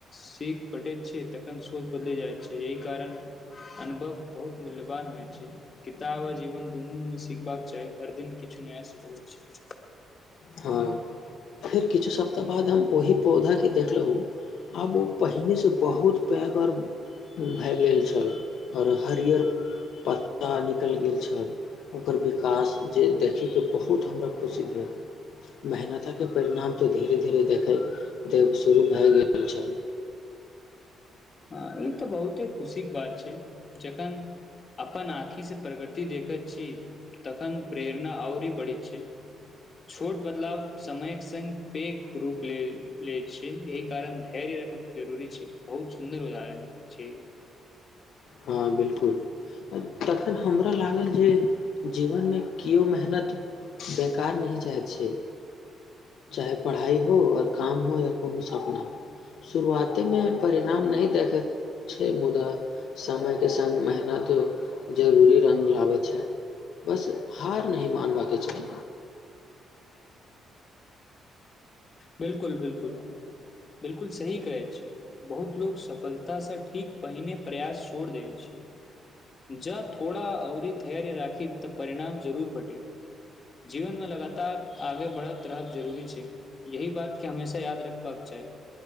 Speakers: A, on the left; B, on the left.
A: सीख भेटे छै तखन सोच बदल जाइत छै यही कारण अनुभव बहुत मूल्यवान होइ छै किताब जीवन ज दुन्नु मे सिखबाक चाही हर दिन किछु नया सिखबै छै
B: हँ फेर किछु सप्ताह बाद हम ओहि पौधाके देखलहुँ आब ओ पहिनेसँ बहुत पैघ और ओ भागि गेल छल ओर हरियर पत्ता निकलि गेल छल ओकर विकास जे देखैके बहुत हमर खुशी भेल मेहनतक के परिणाम तऽ धीरे धीरे देखे देत शुरू भए गेल छल
A: हँ ई तऽ बहुते खुशीके बात छै जखन अपन आँखि सऽ प्रगति देखैत छी तखन प्रेरणा आओर ही बढ़ैत छै छोट बदलाव समयक संग पैघ रूप ले लै छै एहि कारण धैर्य जरूरी छै बहुत सुन्दर उदाहरण छै
B: हँ बिल्कुल तखन हमरा लागल जे जीवनमे किओ मेहनत बेकार नहि जाइ छै चाहे पढ़ाई हो ओर काम हो या कोनो सपना शुरुआतेमे परिणाम नहि देखैत छै मुदा समय के संग मेहनत जरूरी रंग लाबे छै बस हार नहि मानबाके चाही
A: बिल्कुल बिल्कुल बिल्कुल सही कहै छी बहुत लोक सफलतासँ ठीक पहिने प्रयास छोड़ दै छै जँ थोड़ा और धैर्य राखी तऽ परिणाम जरूर भेटे जीवनमे लगातार आगे बढ़ैत रहब जरूरी छै यही बातके हमेशा याद रखबाक चाही